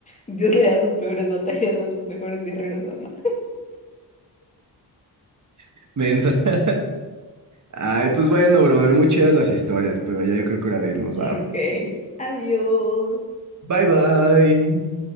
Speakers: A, on the left (about 15°); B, on the right (about 45°).
A: Dios le da sus peores batallas a sus mejores guerreros, mamá.
B: <laughs> Mensa. Ay, pues bueno, brother, muy chidas las historias, pero ya yo creo que hora de irnos,
A: Ok,
B: ¿va?
A: adiós.
B: Bye, bye.